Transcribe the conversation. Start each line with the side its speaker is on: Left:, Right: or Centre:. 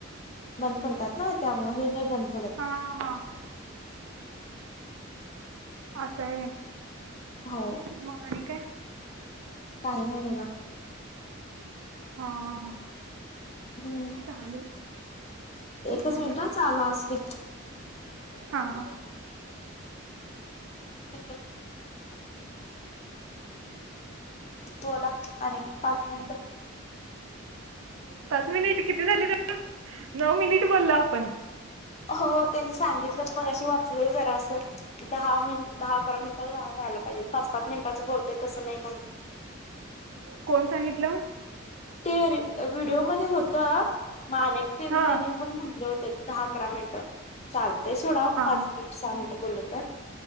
Left: बंद पडतात ना त्यामुळ हे नाही बंद पडत
Right: हा हा आस हाय होय
Left: हो
Right: मग आणि काय
Left: काही नाही बघा
Right: हा..
Left: हम्म.
Right: चालेल.
Left: एकच
Right: चालतंय
Left: मिनिट चालू असुदे.
Right: हा हा.
Left: कुत के <unintelligible> बोला आणि पाच मिनिटं
Right: पाच मिनिट किती झालीत नऊ मिनिट बोललो आपण.
Left: हो त्यांनी सांगितलं तर मगशी वाचलय जरा अस दहा मिनट, दहा, अकरा मिनिट दहा व्हायला पाहिजेत पाच, पाच मिनटाच बोलतय तसं नाही म्हणून.
Right: कोण सांगितलं?
Left: ते व्हिडिओ मध्ये होता मानकनी
Right: हा
Left: पण म्हटले होते दहा, अकरा मिनट. चालतय सोडा
Right: हा
Left: पाच ते सहा मिनिट बोलल तर.